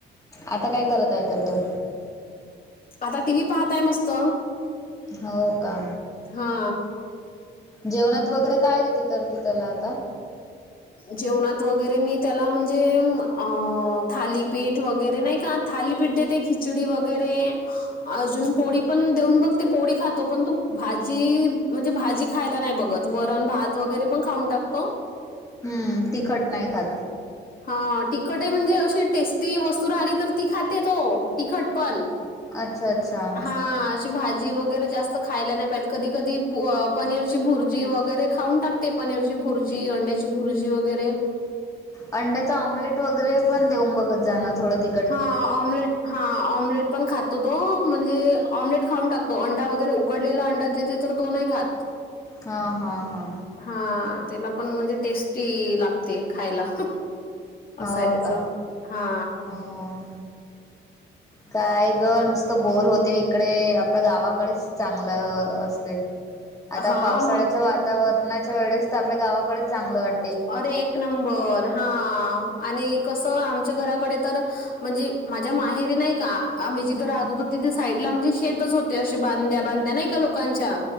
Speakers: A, on the left; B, on the left.
A: आता काय करत आहे तर तो?
B: आता टी व्ही पाहत आहे मस्त.
A: हो का?
B: हा.
A: जेवणात वगैरे काय देते तर तू त्याला आता?
B: जेवणात वगैरे मी त्याला म्हणजे? अ थालीपीठ वगैरे नाही का? थालीपीठ देते. खिचडी वगैरे अजून पोळी-
A: <unintelligible>
B: नुसती पोडी खातो. पण तो भाजी- म्हणजे भाजी खायला नाही बघत. वरण भात- वगैरे पण खाऊन टाकतो.
A: ह तिखट नाही खात.
B: हा. तिखट म्हणजे अशी टेस्टी वस्तू राह्यली तर ती खाते तो तिखट पण.
A: अच्छा अच्छा.
B: हा. भाजी वगैरे जास्त खायला नाही पायत. कधी कधी पनीरची भुरजी वैगेरे खाऊन टाक- ते. पनीरची भुर्जी, अंड्याची भुर्जी वगैरे.
A: अंड्याचा ऑमलेट वगैरे पण देऊन बघत जा ना थोड ती-
B: हा. ऑम्लेट हा ऑम्लेट. पण खातो तो. म्हणजे ऑम्लेट खाऊन टाकतो. अंडा वगैरे उकडलेला अंडा देते तर तो नाही खात.
A: हा हा हा.
B: हा त्याला पण म्हणजे टेस्टी लागते खायला. असय
A: हो
B: त्याच
A: का
B: हा.
A: हा. काय ग नुसतं बोर होते इकडे आपल्या गावाकडेच चांगलं अ असत. आता
B: हां,
A: पावसाळ्याच्या
B: मग
A: वातावरणाच्या वेळेस तर आपल्या गावाकडेच चांगलं वाट
B: अरे एक नंबर. हाआ आणि कसं आमच्या घराकडे तर म्हणजे माझ्या माहेरी नाही का आम्ही जिथं
A: हम्म
B: राहत होतो तिथे साईडला म्हणजे शेतच होते असे बांध्या, बांध्या नाही का लोकांच्या